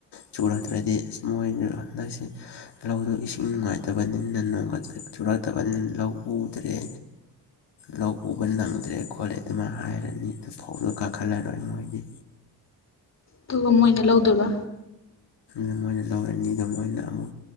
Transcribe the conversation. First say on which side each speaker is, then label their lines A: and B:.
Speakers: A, on the left; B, on the left.
A: ꯆꯨꯔꯗ꯭ꯔꯗꯤ ꯏꯁ ꯃꯣꯏ ꯍꯟꯗꯛꯁꯤ ꯂꯧꯗꯨ ꯏꯁꯤꯡ ꯅꯨꯡꯉꯥꯏꯇꯕꯅꯤꯅ ꯅꯣꯡꯒ ꯆꯨꯔꯛꯇꯕꯅꯤꯅ ꯂꯧ ꯎꯗ꯭ꯔꯦ ꯂꯧ ꯎꯕ ꯅꯪꯗ꯭ꯔꯦ ꯈꯣꯠꯂꯦ ꯑꯗꯨꯃ ꯍꯥꯏꯔꯅꯤ ꯑꯗꯨ ꯐꯧꯗꯣ ꯀꯥꯈꯠꯂꯔꯣꯏ ꯃꯣꯏꯗꯤ
B: ꯇ ꯃꯣꯏꯅ ꯂꯧꯗꯣꯏꯕ
A: ꯎ ꯃꯅ ꯇꯧꯔꯅꯤꯗ ꯃꯣꯏꯅꯨ